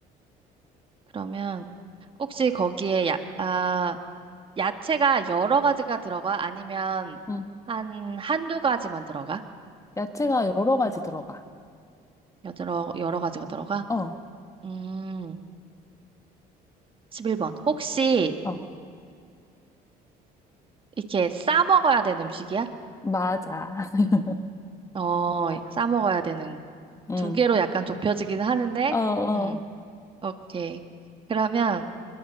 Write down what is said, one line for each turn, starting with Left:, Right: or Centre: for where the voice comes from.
Right: 그러면 혹시 거기에 야, 아, 야채가 여러 가지가 들어가? 아니면
Left: 응.
Right: 한, 한두 가지만 들어가?
Left: 야채가 여러 가지 들어가.
Right: 여러, 여러 가지가 들어가?
Left: 어,
Right: 음, 11번. 혹시
Left: 어,
Right: 이렇게 싸 먹어야 되는 음식이야?
Left: 맞아. <laughs>
Right: 어, 싸 먹어야 되는.
Left: 응,
Right: 두 개로 약간 좁혀지긴 하는데,
Left: 어, 어,
Right: 음, 오케이. 그러면